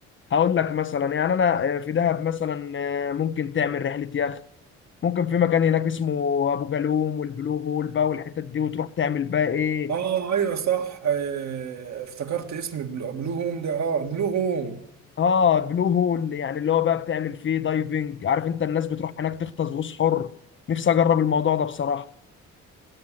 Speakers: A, on the left (about 40°); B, on the right (about 65°).
A: هقول لك مثلا يعني انا آه، في دهب مثلا آه، ممكن تعمل رحله يخت ممكن في مكان هناك اسمه ابو جالوم والبلو هول بقى والحتت دي وتروح تعمل بقى ايه
B: اه ايوه صح آه، افتكرت اسم بلو بلو هوم ده اه بلو هوم
A: اه بلو هول يعني اللي هو بقى بتعمل فيه دايفنج عارف انت الناس بتروح هناك تغطس غوص حر نفسي اجرب الموضوع ده بصراحه